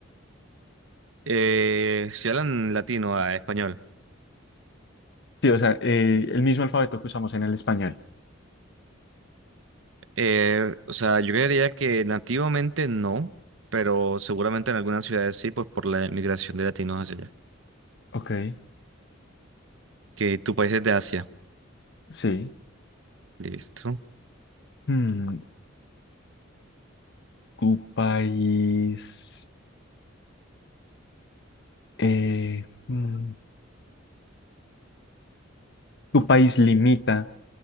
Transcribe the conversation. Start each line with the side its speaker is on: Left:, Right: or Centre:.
Right: Eh, si hablan latino a español.
Left: Sí, o sea, eh, el mismo alfabeto que usamos en el español.
Right: Eh, o sea, yo creería que nativamente no, pero seguramente en algunas ciudades sí, pues por la migración de latinos hacia allá.
Left: Ok,
Right: Que tu país es de Asia.
Left: sí.
Right: Listo.
Left: Mm, tu país. eh, mm, tu país limita